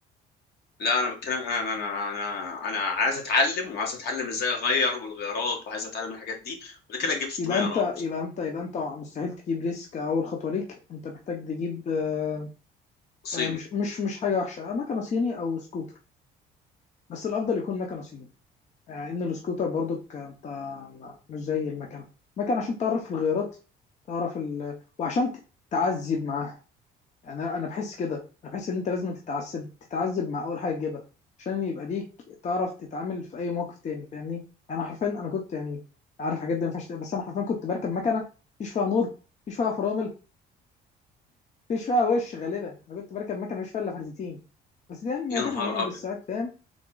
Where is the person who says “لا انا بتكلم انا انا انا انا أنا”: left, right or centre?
Left